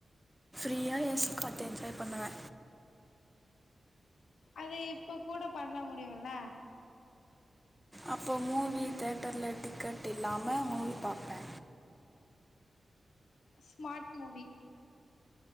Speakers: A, in the centre; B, on the left.
A: B I S God enjoy பண்ணுவே
B: அது இப்பக் கூடப் பண்ண முடியுல்ல?
A: அப்போ மூவி தியேட்டர்ல டிக்கெட் இல்லாம மூவி பாப்பே
B: ஸ்மாட் மூவி